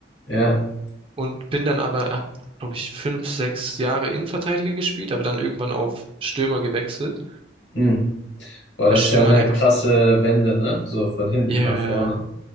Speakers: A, on the left; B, on the right.
A: ja.
B: und bin dann aber, habe, glaube ich, fünf, sechs Jahre Innenverteidiger gespielt, aber dann irgendwann auf Stürmer gewechselt,
A: Hm. Boah,
B: weil
A: das
B: Stürmer
A: ist ja eine
B: hat einfach,
A: krasse Wende, ne? So von hinten
B: yeah,
A: nach vorne.